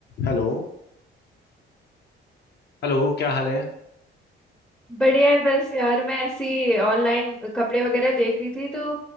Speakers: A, on the left (about 55°); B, in the centre.
A: Hello Hello क्या हाल है
B: बढ़िया है बस यार मैं ऐसी ऑनलाइन कपड़े वगैरह देख रही थी तो